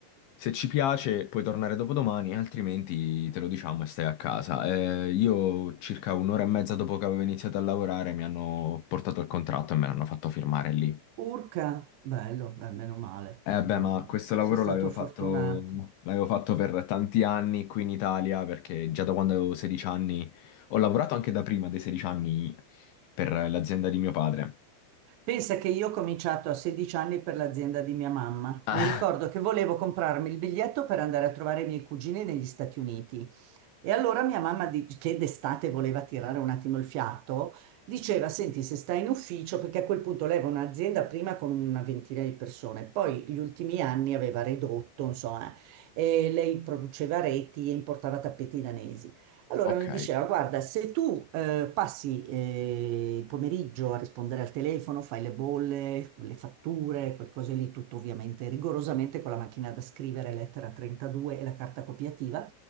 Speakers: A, on the left; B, on the right.
A: Se ci piace puoi tornare dopodomani, altrimenti te lo diciamo e stai a casa. Eh, io circa un'ora e mezza dopo che avevo iniziato a lavorare mi hanno portato il contratto e me l'hanno fatto firmare lì.
B: Urca, bello, eh, meno male,
A: Eh
B: meno
A: beh, ma
B: male.
A: questo lavoro
B: Sei stato
A: l'avevo
B: fortunato.
A: fatto, l'avevo fatto per tanti anni qui in Italia perché già da quando avevo 16 anni ho lavorato anche da prima dei 16 anni per l'azienda di mio padre.
B: Pensa che io ho cominciato a 16 anni per l'azienda di mia mamma.
A: Ah,
B: Mi ricordo che volevo comprarmi il biglietto per andare a trovare i miei cugini negli Stati Uniti. E allora mia mamma, di- che d'estate voleva tirare un attimo il fiato, diceva, senti, se stai in ufficio, perché a quel punto lei aveva un'azienda prima con una ventina di persone, poi gli ultimi anni aveva ridotto, insomma, eh, e lei produceva reti e importava tappeti danesi. Allora
A: Ok,
B: mi diceva, guarda, se tu eh, passi eh, il pomeriggio a rispondere al telefono, fai le bolle, le fatture, quel cose lì, tutto ovviamente rigorosamente con la macchina da scrivere, lettera 32 e la carta copiativa,